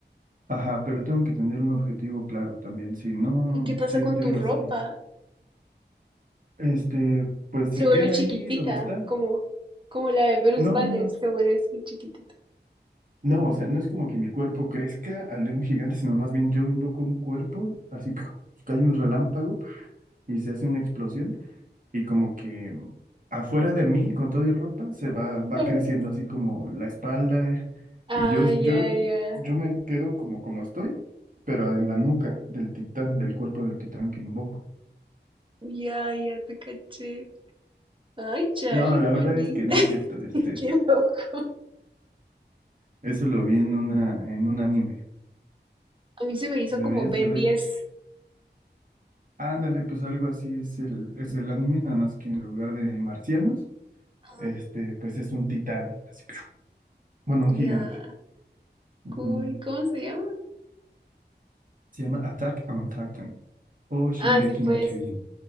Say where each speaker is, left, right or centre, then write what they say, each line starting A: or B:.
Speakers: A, on the right; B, on the right.
A: Ajá, pero tengo que tener un objetivo claro también. Si no,
B: ¿Y qué pasa
A: si
B: con
A: te
B: tu
A: digo
B: ropa?
A: así, este, pues
B: Se
A: se
B: vuelve
A: queda
B: chiquitita,
A: ahí donde está.
B: como, como la de Bruce
A: No,
B: Banner,
A: no, no.
B: se vuelve así chiquitita.
A: No, o sea, no es como que mi cuerpo crezca al de un gigante, sino más bien yo invoco un cuerpo, así, ¡piu! cae un relámpago y se hace una explosión y como que afuera de mí, con todo y ropa, se va, va
B: Ujú.
A: creciendo así como la espalda
B: Ah,
A: y yo,
B: ya,
A: yo,
B: ya.
A: yo me quedo como, como estoy, pero en
B: Ujú.
A: la nuca del titán, del cuerpo del titán que invoco.
B: Ya, ya te caché. Ay, chale,
A: No, la
B: Connie.
A: verdad es que no
B: <laughs>
A: es cierto, este,
B: Qué loco.
A: eso lo vi en una, en un anime.
B: A mí se me hizo
A: Deberías
B: como Ben
A: de ver,
B: diez.
A: ándale, pues algo así es el, es el anime, nada más que en lugar de marcianos,
B: Ajá.
A: este, pues es un titán, así, <smacks lips> bueno, un
B: Ya,
A: gigante. Ujú.
B: cool. ¿Cómo se llama?
A: Se llama Attack on Titan o Shingeki
B: Ah, sí, pues.
A: no Kyojin.